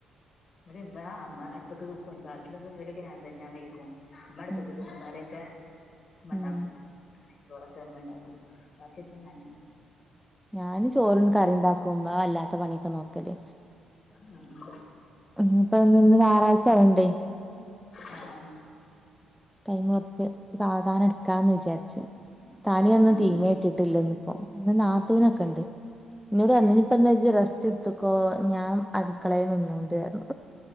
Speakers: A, on the left (about 50°); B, in the centre.
A: ഇവടെമ്മ ഇമ്മ അടുപ്പത്ത്നിക്കും ബാക്കിയുള്ള ജോലൊക്കെ ഞാൻതെ ഞാൻകയ്ക്കും. ഇമ്മ അട്പ്പത്ത്ക്ക്‌
B: ഉം
A: നിക്കും കറിയൊ ഇമ്മണ്ടാക്കും.
B: ഉം
A: ചോറൊക്കെ ഇണ്ടാക്കും ബാക്കിയൊക്കെ ഞാന്.
B: ഞാന് ചോറും കറി ഇണ്ടാക്കും ഇമ്മ അല്ലാത്ത പണിയൊക്കെ നോക്കല്.
A: ഉം ഉം
B: ഉം പ്പന്ന് ഞായറാഴ്ച ആയോണ്ടേ
A: ആഹ് ആഹ്
B: ടൈമ് കൊർച്ച് സാവധാനം ഇട് ക്കാന്ന് വിചാരിച്ചു
A: ആ
B: ത കറിയൊന്നും
A: ആ
B: തീമെട്ട്ട്ടില്ലന്ന്പ്പോ ഇന്ന്ന്നാത്തൂനൊക്കെ ഇണ്ട്. ഇഞ്ഞോട് പറഞ്ഞുഞ്ഞിപ്പന്ന്ജ്ജ്
A: ഏ
B: രെസ്റ്റ് എടുത്ത്ക്കോ ഞാൻ അടുക്കളെൽ നിന്നോണ്ട്ർഞ്ഞു.